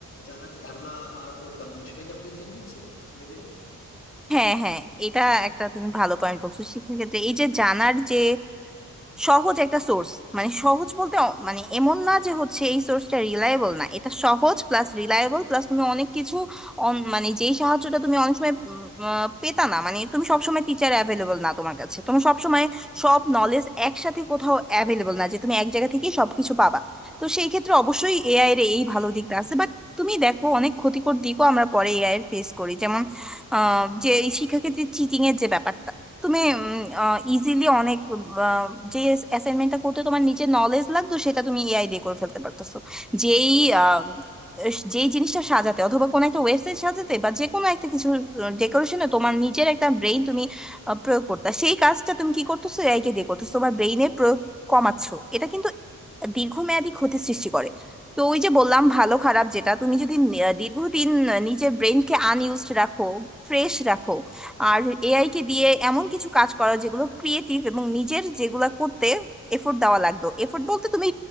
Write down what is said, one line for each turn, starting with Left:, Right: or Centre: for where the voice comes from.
Left: জানার যে ধারণা আহ, করতাম তো সেটা কি আমাদের চেঞ্জ হচ্ছে ধীরে ধীরে
Centre: হ্যাঁ হ্যাঁ এটা একটা তুমি ভালো পয়েন্ট বলছো সেক্ষেত্রে এই যে জানার যে সহজ একটা সোর্স মানে সহজ বলতে অ- মানে এমন না যে হচ্ছে এই সোর্সটা রিলায়েবল না এটা সহজ প্লাস রিলায়েবল প্লাস তুমি অনেক কিছু অন- মানে যেই সাহায্যটা তুমি অনেক সময় উম, আহ, পেতা না মানে তুমি সবসময় টিচার অ্যাভেলেবল না তোমার কাছে তোমার সবসময় সব নলেজ একসাথে কোথাও অ্যাভেলেবল না যে তুমি এক জায়গা থেকেই সবকিছু পাবা তো সেই ক্ষেত্রে অবশ্যই এআই এর এই ভালো দিকটা আছে বাট তুমি দেখো অনেক ক্ষতিকর দিকও আমরা পরে এআই এর ফেস করি যেমন আহ যে এই শিক্ষাক্ষেত্রে চিটিং এর যে ব্যাপারটা তুমি ইজিলি অনেক আহ, যে অ্যাসাইনমেন্টটা করতে তোমার নিচে নলেজ লাগতো সেটা তুমি এআই দিয়ে করে ফেলতে পারতেছো যেই আহ, যেই জিনিসটা সাজাতে অথবা কোনো একটা ওয়েবসাইট সাজাতে বা যে কোনো একটা কিছু ডেকোরেশনে তোমার নিজের একটা ব্রেইন তুমি আহ, প্রয়োগ করতে সেই কাজটা তুমি কি করতেছো এআই কে দিয়ে করতেছো তোমার ব্রেইনের প্রয়োগ কমাচ্ছো এটা কিন্তু দীর্ঘমেয়াদী ক্ষতি সৃষ্টি করে তো ওই যে বললাম ভালো খারাপ যেটা তুমি যদি নি- দীর্ঘদিন নিজের ব্রেইনকে আনইউজড রাখো ফ্রেশ রাখো আর এআই কে দিয়ে এমন কিছু কাজ করা যেগুলো ক্রিয়েটিভ এবং নিজের যেগুলা করতে এফোর্ট দেওয়া লাগতো এফোর্ট বলতে তুমি